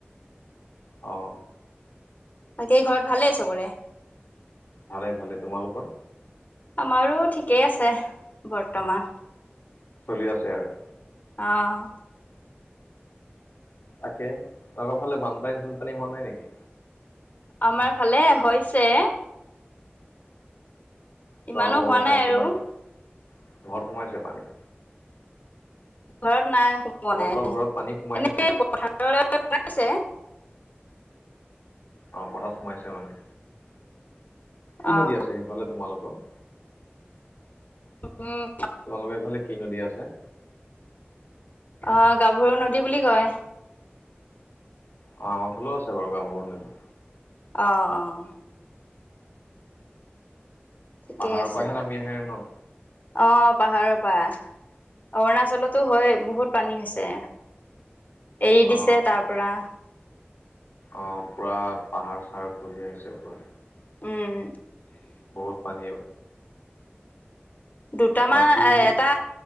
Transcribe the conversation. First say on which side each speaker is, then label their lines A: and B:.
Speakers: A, on the left; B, on the left.
A: অ'
B: বাকী ঘৰত ভালেই চবৰে?
A: ভালে ভালে। তোমালোকৰ?
B: আমাৰো ঠিকেই আছে বৰ্তমান।
A: চলি আছে আৰু।
B: অ'
A: তাকে তোমালোকৰ ফালে বানপানী চানপানী হোৱা নাই নেকি?
B: আমাৰ ফালে হৈছে। ইমানো
A: তহঁতৰ ঘৰত
B: হোৱা নাই
A: সোমাইছে
B: আৰু
A: পানী, ঘৰত সোমাইছে পানী?
B: ঘৰত নাই সোমোৱা
A: তোমালোকৰ
B: নাই,
A: ঘৰত পানী সোমাই
B: এনেই
A: নে নাই
B: পথাৰলৈ সোমাইছে।
A: অ' পথাৰত সোমাইছে মানে,
B: অ',
A: কি নদী আছে সেইফালে তোমালোকৰ?
B: উ উম'
A: তোমালোকৰ এইফালে কি নদী আছে?
B: অ' গাভৰু নদী বুলি কয়।
A: অ' আমাৰ ফালেও আছে বাৰু গাভৰু নদী।
B: অ' অ' ঠিকেই
A: পাহাৰৰ
B: আছে
A: পৰাহে
B: বাৰু
A: নামি আহে ন।
B: অ' পাহাৰৰ পৰা। অৰুণাচলতো হয় বহুত পানী হৈছে, এৰি দিছে
A: অ
B: তাৰ পৰা।
A: অ' পুৰা পাহাৰ-চাহাৰ ঘঁহি আহিছে পুৰা।
B: উম'
A: বহুত পানী আহিব।
B: দুটামান,
A: বাকী
B: আ এটা